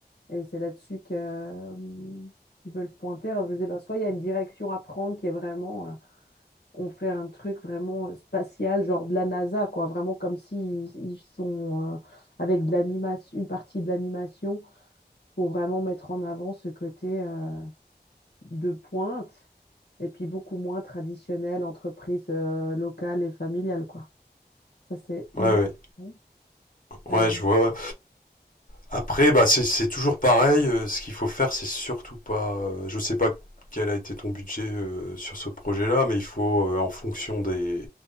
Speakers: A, on the left; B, on the left.
A: Et c'est là-dessus que, euh, qu'ils veulent se pointer. Alors, je me disais, bah, soit il y a une direction à prendre qui est vraiment... euh, on fait un truc vraiment euh, spatial, genre de la NASA, quoi, vraiment comme si ils ils sont euh, avec de l'animation, une partie de l'animation pour vraiment mettre en avant ce côté euh, de pointe et puis beaucoup moins traditionnel, entreprise euh, locale et familiale, quoi. Ça, c'est une
B: Ouais,
A: option.
B: ouais,
A: Euh,
B: ouais, je vois. ouais. Après, bah, c'est- c'est toujours pareil. euh, Ce qu'il faut faire, c'est surtout pas. euh, Je sais pas quel a été ton budget euh, sur ce projet-là, mais il faut, euh, en fonction des,